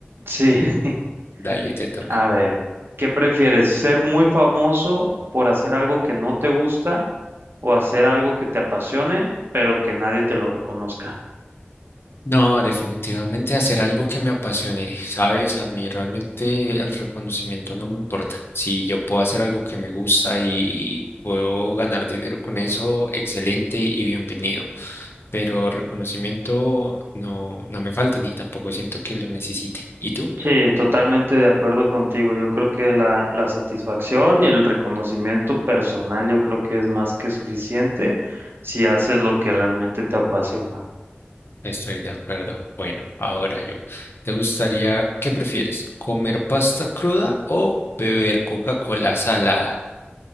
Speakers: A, on the right; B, on the left.
A: Sí. <laughs>
B: Dale, te toca.
A: A ver, ¿qué prefieres? ¿Ser muy famoso por hacer algo que no te gusta o hacer algo que te apasione, pero que nadie te lo reconozca?
B: No, definitivamente hacer algo que me apasione, ¿sabes? A mí realmente el reconocimiento no me importa. Si yo puedo hacer algo que me gusta y, y puedo ganar dinero con eso, excelente y bienvenido. Pero reconocimiento no, no me falta ni tampoco siento que lo necesite. ¿Y tú?
A: Sí, totalmente de acuerdo contigo. Yo creo que la, la satisfacción y el reconocimiento personal, yo creo que es más que suficiente si haces lo que realmente te apasiona.
B: Estoy de acuerdo. Bueno, ahora yo. ¿Te gustaría, qué prefieres? ¿Comer pasta cruda o beber Coca-Cola salada?